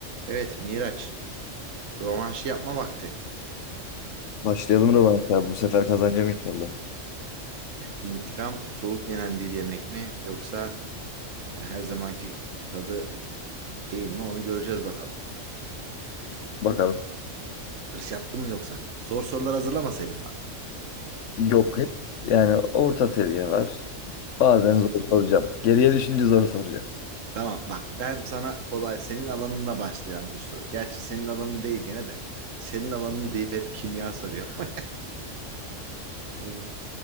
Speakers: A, on the right (about 80°); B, on the left (about 70°).
A: Evet Miraç, rövanşı yapma vakti.
B: Başlayalım Rövanş abi. Bu sefer kazanacağım inşallah.
A: İntikam soğuk yenen bir yemek mi yoksa e, her zamanki tadı değil mi onu göreceğiz bakalım.
B: Bakalım.
A: Hırs yaptın mı yoksa? Zor sorular hazırlamasaydın bana.
B: Yok hep yani orta seviye var. Bazen zor soracağım. Geriye düşünce zor soracağım.
A: Tamam bak ben sana kolay senin alanına başlayan bir soru. Gerçi senin alanın değil gene de. Senin alanın deyip hep kimya soruyor. <laughs> Hmm.